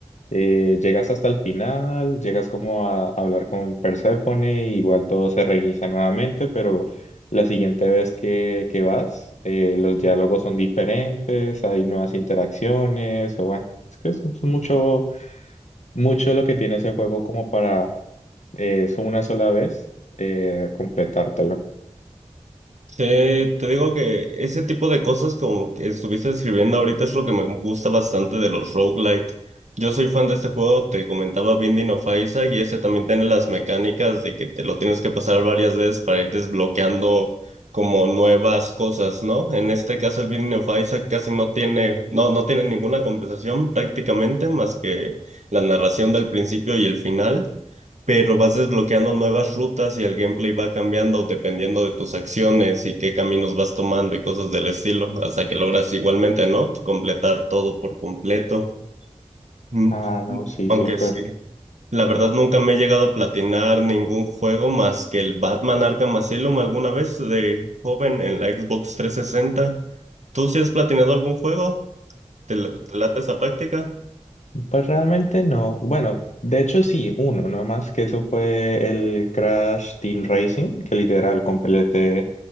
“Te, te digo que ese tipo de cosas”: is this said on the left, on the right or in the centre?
Right